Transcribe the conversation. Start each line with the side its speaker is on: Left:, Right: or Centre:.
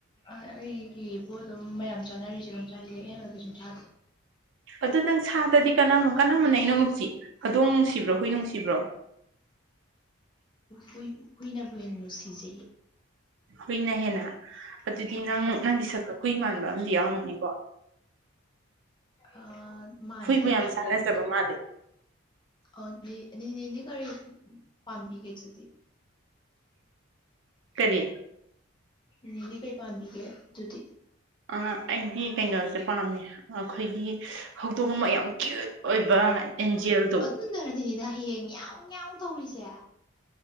Left: ꯑꯩꯒꯤꯕꯨ ꯑꯗꯨꯝ ꯃꯌꯥꯝ ꯆꯥꯅꯔꯤꯁꯦ ꯑꯗꯥꯒꯝ ꯑꯍꯦꯟꯕ ꯀꯩꯁꯨꯝ ꯆꯥꯗꯦ
Right: ꯑꯗꯨꯗ ꯅꯪ ꯁꯥꯗꯗꯤ ꯀ ꯀꯅꯥꯃꯅ ꯅꯣꯡꯉꯨꯞꯁꯤ ꯑꯗꯣꯡ ꯅꯨꯡꯁꯤꯕ꯭ꯔꯣ ꯍꯨꯏ ꯅꯨꯡꯁꯤꯕ꯭ꯔꯣ
Left: ꯍꯨꯢ ꯍꯨꯏꯅꯕꯨꯨꯅ ꯍꯦꯟꯅ ꯅꯨꯡꯁꯤꯖꯩꯌꯦ
Right: ꯍꯨꯏꯅ ꯍꯦꯟꯅ ꯑꯗꯨꯗꯤ ꯅꯪ
Left: ꯑꯧ
Right: ꯅꯪꯒꯤ ꯁꯛꯇꯨ ꯍꯨꯏ ꯃꯥꯟꯕ ꯑꯃꯗꯤ ꯌꯥꯎꯔꯝꯃꯅꯤꯀꯣ
Left: ꯑꯥ ꯃꯗꯦꯗ
Right: ꯍꯨꯏꯕꯨ ꯌꯥꯝ
Left: ꯀꯩꯁꯨ
Right: ꯆꯥꯟꯅꯖꯕ
Left: ꯍꯥꯏꯗꯤ
Right: ꯃꯥꯜꯂꯦ
Left: ꯑ ꯅꯦꯗꯤ ꯀꯒꯥꯔꯤ ꯄꯥꯝꯕꯤꯒꯦ ꯑꯗꯨꯗꯤ
Right: ꯀꯔꯤ
Left: ꯅꯗꯤ ꯀꯩ ꯄꯥꯝꯕꯤꯒꯦ ꯑꯗꯨꯗꯤ
Right: ꯑꯩꯗꯤ ꯀꯩꯅꯣꯁꯦ ꯄꯥꯝꯃꯦ ꯑꯩꯈꯣꯏꯒꯤ ꯍꯧꯗꯣꯡ ꯑꯃ ꯌꯥꯝ ꯀ꯭ꯌꯨꯠ__ ꯑꯣꯏꯕ ꯑꯦꯟꯖꯦꯜꯗꯣ
Left: ꯑꯗꯨꯟꯟꯅꯔꯗꯤꯅꯤꯅ ꯍꯌꯦꯡ ꯌꯥꯎ ꯌꯥꯎ ꯇꯧꯔꯤꯁꯦ